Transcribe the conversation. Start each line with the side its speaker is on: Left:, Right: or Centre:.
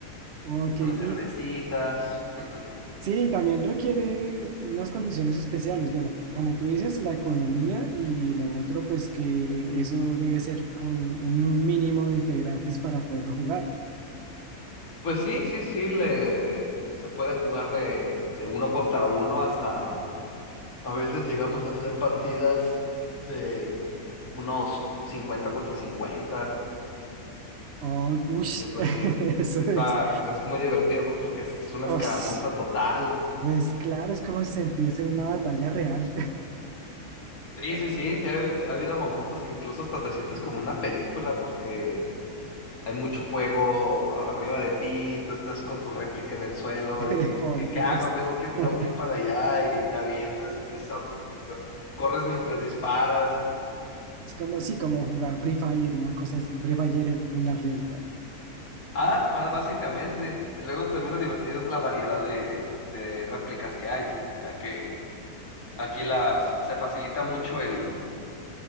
Right: ok,
Left: unas
Right: y
Left: cervecitas. <laughs>
Right: sí, también requiere unas condiciones especiales, bueno, como tú dices, la economía y lo otro, pues que eso debe ser con un mínimo de integrantes para poderlo jugar.
Left: Pues sí, sí, sí, le se puede jugar de, de uno contra uno hasta a veces llegamos a hacer partidas de unos cincuenta contra cincuenta
Right: Oh, ush,
Left: Y pues
Right: <laughs>
Left: sí, sí,
Right: eso
Left: sí está,
Right: es.
Left: es muy divertido co- porque es una
Right: ush.
Left: escaramuza total.
Right: Pues claro, es como sentirse en una batalla real.
Left: Sí, sí, sí, sí, ha, ha habido momentos que incluso hasta te sientes como una película porque hay mucho fuego a- arriba de ti, y tú estás con tu réplica en el suelo
Right: <laughs>
Left: y
Right: Por
Left: ¿qué, qué
Right: Dios.
Left: hago? Tengo que, tengo
Right: <laughs>
Left: que ir para allá y te avientas y empiezas a... corres mientras disparas.
Right: Es como, sí, como jugar Free Fire, una cosa así, Free Fire en, en la realidad.
Left: Ah, pa- básicamente. Y luego también lo divertido es la variedad de, de réplicas que hay, ya que aquí las, se facilita mucho el,